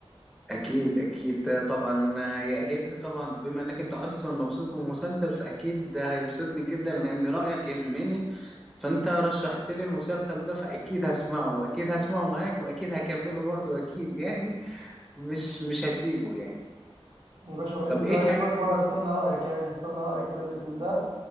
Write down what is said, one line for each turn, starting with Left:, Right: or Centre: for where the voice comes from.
Centre: أكيد أكيد طبعا يعجبني طبعا بما إنك أنت أصلا مبسوط من المسلسل فأكيد ده هيبسطني جدا لأن رأيك يهمني فأنت رشحت لي المسلسل ده فأكيد هسمعه وأكيد هسمعه معاك وأكيد هكمله برضه أكيد يعني مش مش هسيبه يعني
Right: يا باشا بإذن
Centre: طب
Right: الله
Centre: ايه حاجة
Right: أجيبك
Centre: تاني
Right: وأنا هستنى رأيك يعني هستنى رأيك كده بإذن الله